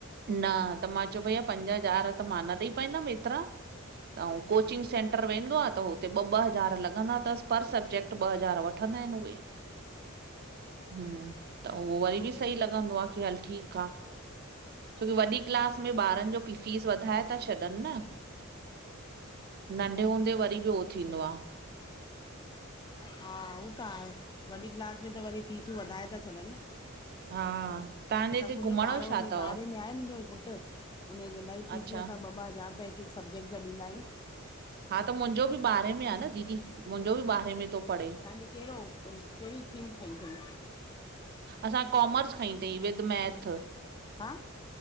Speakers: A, on the right (about 50°); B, on the left (about 20°).
A: न त मां चयो भईया पंज हज़ार त मां न ॾेई पाईंदम एतिरा। अऊ कोचिंग सेंटर वेंदो आ त हुते ॿ ॿ हज़ार लॻंदा तसि पर सब्जेैक्ट त ॿ हज़ार वठंदा आहिन उहे।
B: हा।
A: हम्म त उहो वरी बि सही लॻंदो आ की हल ठीक आ। छोकी वॾी क्लास में ॿारनि जो पि फीस वधाए था छॾनि न। नंढे हूंदे वरी बि उहो थींदो आ।
B: हा उह त आहे वॾी क्लास में त वरी फीसूं वधाए था छॾनि न।
A: हा, तव्हांजे
B: असां
A: हिते
B: खुद
A: घुमण
B: जो ॿारो
A: छा
B: में
A: तव?
B: ॿारहे में आहे मुंजो पुट। उनजो इलाही
A: अच्छा,
B: फीसूं असां ॿ ॿ हज़ार रुपया हिकु हिकु सबजेक्ट जा ॾंदा आहियूं।
A: हा त मुंहिंजो बि ॿारे में आ न दीदी। मुंहिंजो बि ॿारहें
B: हा तव्हांजो
A: में थो पढ़े।
B: कहिड़ो कहिड़ी स्ट्रीम खई अथईं?
A: असां कॉमर्स खईं अथईं विद मैथ।
B: हा